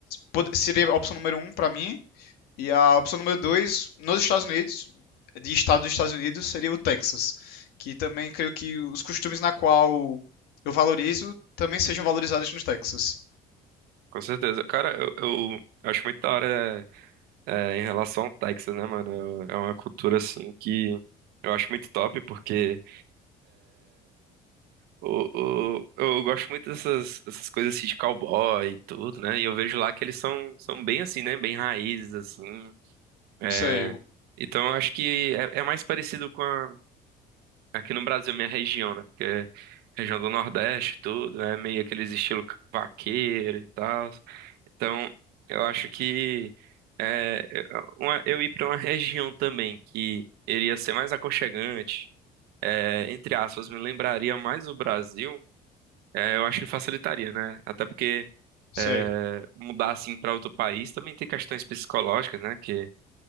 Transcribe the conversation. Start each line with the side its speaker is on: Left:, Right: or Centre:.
Left: pod- seria a opção número um para mim e a opção número 2 nos Estados Unidos, de estado dos Estados Unidos, seria o Texas, que também creio que os costumes na qual eu valorizo também sejam valorizados no Texas.
Right: Com certeza. Cara, eu, eu acho muito da hora é, é, em relação ao Texas, né, mano? Eu- É uma cultura, assim, que eu acho muito top, porque... O, o, eu gosto muito dessas, dessas coisas assim de cowboy e tudo, né? E eu vejo lá que eles são, são bem assim, né? Bem raízes, assim. É,
Left: Sei,
Right: então eu acho que é, é mais parecido com a, aqui no Brasil, minha região, né? Porque região do Nordeste, e tudo, né? Meio aqueles estilo vaqueiro e tal. Então eu acho que é, é, uma- eu ir para uma região também que iria ser mais aconchegante, é, entre aspas, me lembraria mais o Brasil. É, eu acho que facilitaria, né? Até porque
Left: sei.
Right: é, mudar assim para outro país também tem questões psicológicas, né? Que